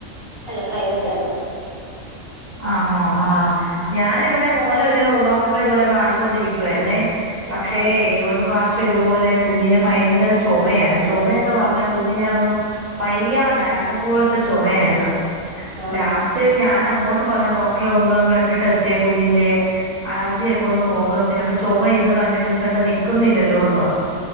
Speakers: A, on the left (about 30°); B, on the right (about 40°).
A: അല്ല പ്രൈവറ്റ് ആയിരുന്നു
B: ആണോ ആഹ ഞാന ഇവിടെ മോന ഒരു ഡോക്ടറെ ഇതു പോോലെ കാണിച്ച ണ്ടിരിക്കുവായിുന്നേ പക്ഷേ
A: ആഹ്
B: ഒരു പക്ഷെ ഇതുപോലെ കുഞ്ഞിന് ഭയങ്കര ചുമയാണ് ചുമയന്ന് പറഞ്ഞാൽ കുഞ്ഞിനന് അങ്ങ് പയ്യണ്ടായി അതുപോലത്തെ ചുമയായിരുന്നു
A: ആഹ്
B: ലാസ്റ്റ് ഞാൻ അങ്ങോട്ട് പറഞ്ഞ ഡോക്ടറെ ഒന്ന് ബ്ലഡ് ടെസ്റ്റ് കുഞ്ഞിന്റെ അലർജിയൊക്കെ ഒന്ന് നോക്ക ചിലപ്പോ ചുമ ഇത് കണ്ടിന്യൂസ് ആയിട്ട് നിിക്കുന്നില്ലല്ലോ എന്ന് പറഞ്